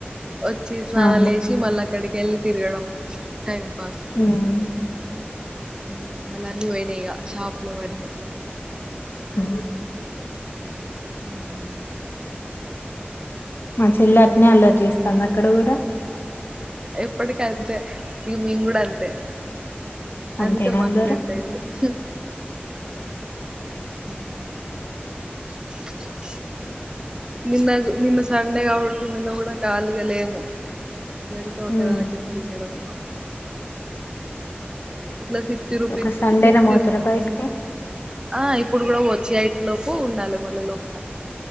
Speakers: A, on the right (about 20°); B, on the left (about 65°).
A: వచ్చి స్నానాలు
B: అవును
A: చేసి మల్లకి అక్కడకు వెళ్ళి తిరగడం. టైమ్ పాస్
B: ఉమ్
A: ఇవలన్నీ పోయినాయిగా ఇక షాప్ లో వన్ని
B: ఉమ్
A: <inaudible>
B: మా చెల్లి అట్లే అల్లరి చేస్తుందా అక్కడ కూడా
A: ఎప్పటికీ అంతే మేము కూడా అంతే
B: అంతేనా
A: అందుకే మాకు
B: అందరూ
A: ఫ్రెండ్ అయింది. హు హ <unintelligible> నిన్న నిన్న సండే కాబట్టి నిన్న కూడా కాలిగాలేము. ఏదిపో అక్క
B: ఉమ్
A: దగ్గరికి తిరగడమే ఇలా సిక్స్టీ రూపీస్
B: ఒక సండేనే
A: సిక్స్టీ
B: పోతారా
A: రూపీస్
B: బయటికి
A: ఆ ఇప్పుడు కూడా వచ్చేఐట్ లోపు ఉండాలి మళ లోపల.